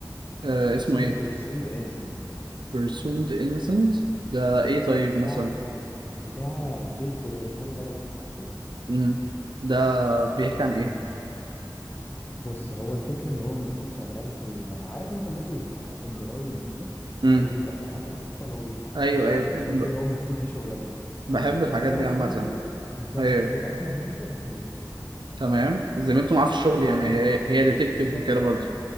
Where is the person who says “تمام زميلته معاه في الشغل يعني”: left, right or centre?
Right